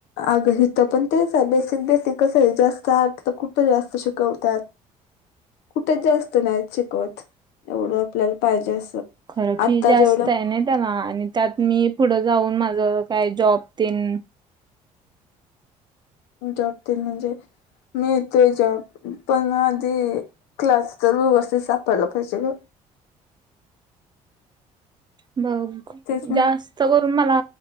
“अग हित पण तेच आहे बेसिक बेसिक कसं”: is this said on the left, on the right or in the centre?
Left